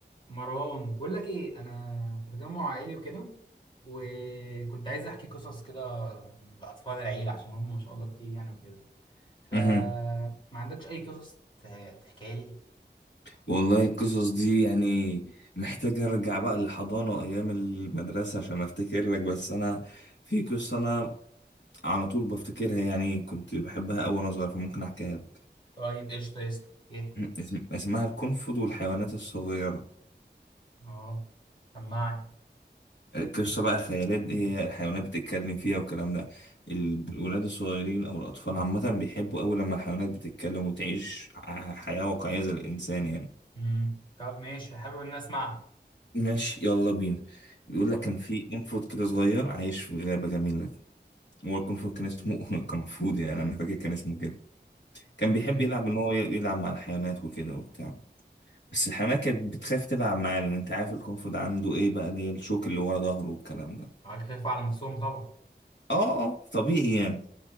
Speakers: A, on the left (about 25°); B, on the left (about 75°).
A: مروان بقول لك ايه انا في تجمع عائلي وكده وكنت عايز احكي قصص كده لاطفال العيله عشان هم ما شاء الله كتير يعني وكده فما
B: مهم.
A: عندكش اي قصص ت- تحكيها لي
B: والله القصص دي يعني محتاج ارجع بقى للحضانة وايام المدرسة عشان افتكر لك بس انا في قصة انا على طول بفتكرها يعني كنت بحبها أوي وانا صغير فممكن احكيها لك
A: طيب ايش طيب يحكي
B: <clears throat> اسم- اسمها القنفذ والحيوانات الصغيرة
A: اه سمعني
B: قصة بقى خيالات هي الحيوانات بتتكلم فيها والكلام ده الولاد الصغيرين او الاطفال عامة بيحبوا أوي لما الحيوانات بتتكلم وتعيش ع- حياة واقعية زي الانسان يعني
A: امم طب ماشي حابب ان أنا اسمعها
B: ماشي يلا بينا بيقول
A: يلا
B: لك كان في قنفذ كده صغير عايش في غابة جميلة هو القنفذ كان اسمه <laughs> قنفود يعني أنا فاكر كان اسمه كده كان
A: امم
B: بيحب يلعب إن هو يلعب مع الحيوانات وكده وبتاع بس الحيوانات كانت بتخاف تلعب معاه لأن أنت عارف القنفذ عنده إيه بقى اللي هي الشوك اللي ورا ظهره والكلام ده
A: عارف خايفوا على نفسهم طبعا
B: آه آه طبيعي يعني